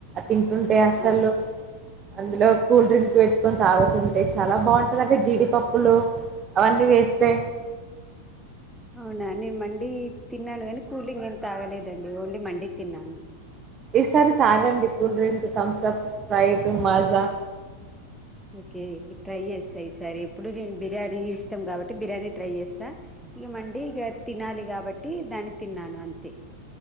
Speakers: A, on the right (about 25°); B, in the centre.
A: తింటుంటే అసలు
B: ఆ
A: అందులో కూల్ డ్రింక్ పెట్టుకొని తాగుతుం అంటే చాలా బాగుంటదండి జీడిపప్పులు అవన్నీ వేస్తే
B: అవునా నేను మండి తిన్నాను గానీ కూలింగ్ ఏం తాగలేదండి ఓన్లీ మండీ తిన్నాను
A: ఈసారి తాగండి cool drink Thums Up, Sprite, Maaza
B: okay try చేస్తా ఈ సారి ఎప్పుడు నేను బిర్యానీ ఇ ఇష్టం కాబట్టి బిర్యానీ ట్రై చేస్తా ఇక మండి ఇక తినాలి కాబట్టి దాన్ని తిన్నాను అంతే.